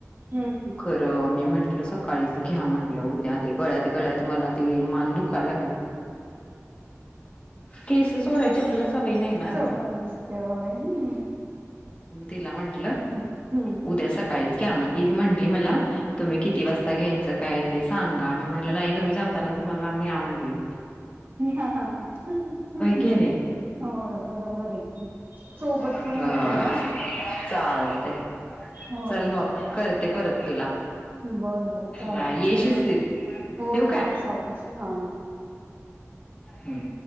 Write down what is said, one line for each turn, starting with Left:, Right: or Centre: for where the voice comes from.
Right: हम्म
Left: खरं मी म्हण म्हलं सकाळीच घ्या म्हटलं उद्या ते गळ्यात गळ्यात मला ते मान दुखाय लागलं केस सोडायची आपल्याला सवय नाही ना
Right: सय
Left: ग
Right: नसते होय
Left: तिला म्हटलं
Right: हम्म हम्म
Left: उद्या सकाळीच कमती म्हंटली मला तुम्ही किती वाजता घ्यायचं काय ते सांगा मी म्ह नाही तुम्ही जाताना मला न्या म्हटलं
Right: होय
Left: की नाही
Right: बरोबर आहेम सोबत
Left: अ
Right: पण होतय का
Left: चालतय.
Right: होय.
Left: चल मग करते परत तुला
Right: बर बर चालत
Left: बाय
Right: के
Left: ये शिस्तीत
Right: हो
Left: ठेवू
Right: य
Left: का
Right: सावकाश हा.
Left: हम्म.